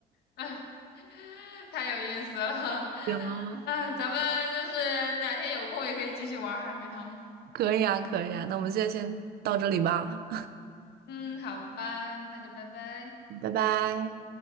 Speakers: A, on the left; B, on the right.
A: 哎，太有意思了。
B: <laughs> 行，
A: 嗯，咱们就是哪天有空也可以继续玩海龟汤。
B: 可以啊，可以啊，那我们现在先到这里吧，
A: 嗯，好吧，那就拜拜。
B: <laughs> 拜拜。